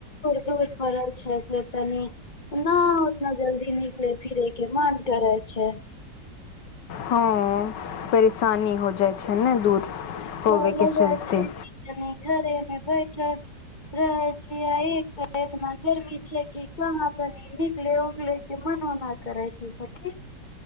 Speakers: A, on the left; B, on the left.
A: त फरज छै से तनी <inaudible> न उतना जल्दी निकले फिरे के मन करै छै
B: हँ परेशानी हो जाइ छै ने दूर होबेके
A: प लगा
B: चलते
A: छै कि घरे मे बैठल रहे छिये आ एक प्रारथना करबी छै कि कहाम बने निकले उकले मन <unintelligible> न न करै छै सखी